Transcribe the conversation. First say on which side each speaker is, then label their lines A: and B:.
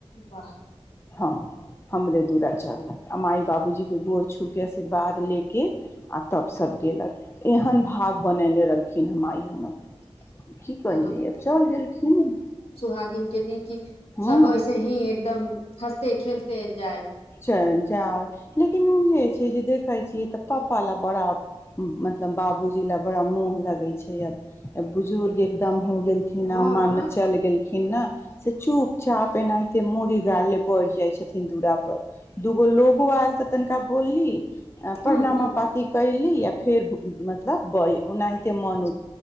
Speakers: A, on the left; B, on the left.
A: वाह
B: हँ हमरे दुूरा चढ़लक आ माइ बाबूजीके गोर छूके आशीर्वाद लेके आ तब सब गेलक एहन भाव। बननेे रहलखिन हम आइ हमर की कहियै
A: हँ
B: आब चल गेलखिन
A: भागिन के दी की
B: हँ
A: सब ऐसे ही एकदम हँसते खेलते जाइ
B: चल जाउ लेकिन उहे छै जे देखैत छियै तऽ पापा ला बड़ा मतलब बाबूजी लए बड़ा मोह लगै छै बुजुर्ग एकदम हो गेलखिन
A: हँ
B: ह माँ न चल गेलखिन न से चुप चाप एनाहिते मूड़ी गार ले बढ़ जाय छथिन दूरा पर दूगो लोगो आयल तऽ तनिका बोलली प्रणमा
A: हूँ हूँ
B: पाती कयली य फेर मतलब बय ओनाहिते मोन